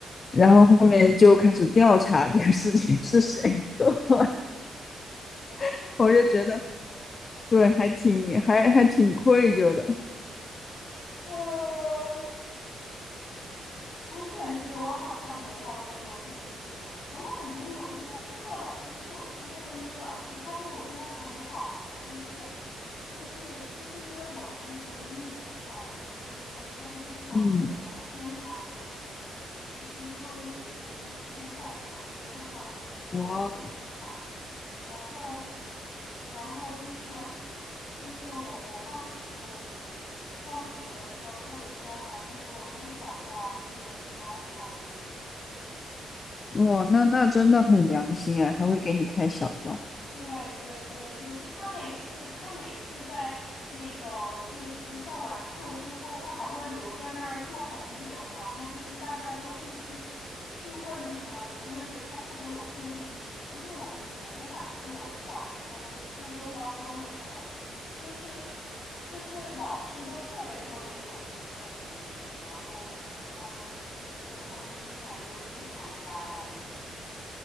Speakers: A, on the left; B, on the left.
A: 然后后面就开始调查这个事情是谁做的，
B: 啊，
A: <laughs>
B: 明白，
A: 我就觉得。
B: 就是嗯
A: 对，还挺还还挺愧疚的。
B: 啊，我我感觉我好像没有那种特别印象啊我感觉有印象深刻的老师是我初中的英语老师，他对我真的很好哎，就是，就是就是因为我那个时候英语很好嘛，所以说他就经常顾着我偏袒我，
A: 嗯，
B: 就是就是作业也会优先改我，就看看我的，就人都很好，
A: 哇
B: 然后然后就是就是我我放学的。放学的时候，他有时候还会给我开小灶，就是人超好的那种。
A: 哇，那那真的很良心哎，还会给你开小灶，
B: 对对对，就是他每次他每次在那个就是上完课之后，他还会留在那儿坐很久，然后就是大家都会去去问他，我真的觉得他特别有奉献精神。就是我们我我感觉我小时候就是初中高中的时候，就是就是老师都特别特别有那种奉献精神，然后就是他们就他们经常就无偿加班的那种，